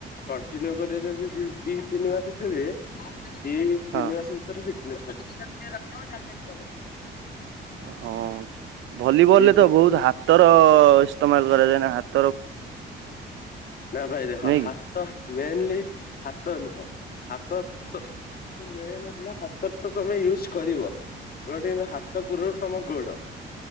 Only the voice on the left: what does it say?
କଣ୍ଟିନ୍ୟୁ କରିବେ ଯଦି ଦି ତିନି ମାସ ଖେଳିବେ ଦି ତିନି
ମାସ ଭିତରେ ଫି <unintelligible>
ତି
ନା ଭାଇ ଦେଖ
ହାତ
ମେନ୍ଲି ହାତ ନୁହଁ। ହାତ ତ ମେନ୍ ହେଲା ହାତରେ ତ ତମେ ୟୁଜ କରିବ ହାତ ପୂର୍ବରୁ ତମ ଗୋଡ